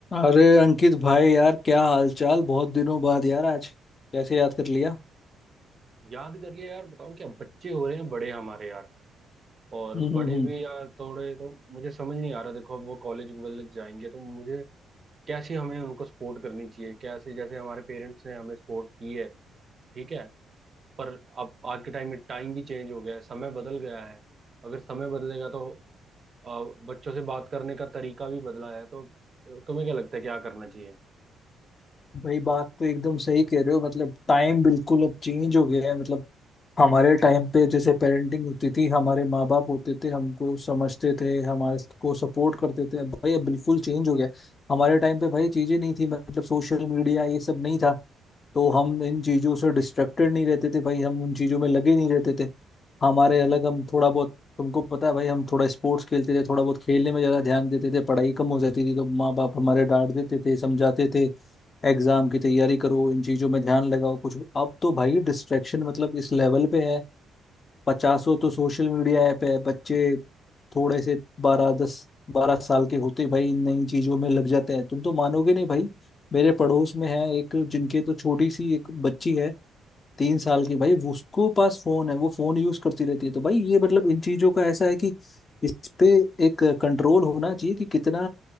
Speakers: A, on the left (about 40°); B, on the right (about 35°).
A: अरे अंकित भाई यार क्या हालचाल बहुत दिनों बाद यार आज कैसे याद कर लिया
B: याद कर लिया यार बताओ क्या बच्चे हो रहे हैं बड़े हमारे यार और
A: हम्म
B: बड़े
A: हम्म हम्म।
B: भी यार थोड़े तो मुझे समझ नहीं आ रहा देखो अब वो कॉलेज वॉलेज जाएंगे तो मुझे कैसी हमें उनको सपोर्ट करनी चाहिए कैसे जैसे हमारे पेरेंट्स ने हमें सपोर्ट की है ठीक है पर अब आज के टाइम में टाइम भी चेंज हो गया है समय बदल गया है अगर समय बदलेगा तो अ, बच्चों से बात करने का तरीका भी बदला है तो अ, तुम्हें क्या लगता है क्या करना चाहिए
A: भाई बात तो एकदम सही कह रहे हो मतलब टाइम बिल्कुल अब चेंज हो गया है मतलब हमारे टाइम पे जैसे पेरेंटिंग होती थी हमारे माँ बाप होते थे हमको समझते थे हमारे को सपोर्ट करते थे अब भाई अब बिल्कुल चेंज हो गया हमारे टाइम पे भाई चीजें नहीं थी मतलब सोशल मीडिया ये सब नहीं था तो हम इन चीजों से डिस्ट्रैक्टेड नहीं रहते थे भाई हम उन चीजों में लगे नहीं रहते थे हमारे अलग हम थोड़ा बहुत तुमको पता है भाई हम थोड़ा स्पोर्ट्स खेलते थे थोड़ा बहुत खेलने में ज्यादा ध्यान देते थे पढ़ाई कम हो जाती थी तो माँ बाप हमारे डांट देते थे समझाते थे एग्जाम की तैयारी करो इन चीजों में ध्यान लगाओ कुछ अब तो भाई डिस्ट्रैक्शन मतलब इस लेवल पे है पचासों तो सोशल मीडिया ऐप है बच्चे थोड़े से बारह दस बारह साल के होते ही भाई इन नई चीजों में लग जाते हैं तुम तो मानोगे नहीं भाई मेरे पड़ोस में है एक जिनके तो छोटी सी एक बच्ची है तीन साल की भाई वो- उसको पास फोन है वो फोन यूज करती रहती है तो भाई ये मतलब इन चीजों का ऐसा है कि इस पे एक कंट्रोल होना चाहिए कि कितना